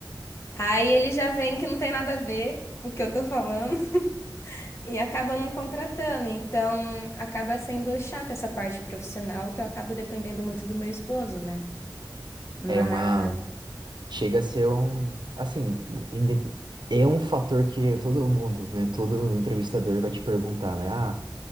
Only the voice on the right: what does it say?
É uma. Chega a ser um. Assim, indep- é um fator que todo mundo, né? Todo entrevistador vai te perguntar, né? Ah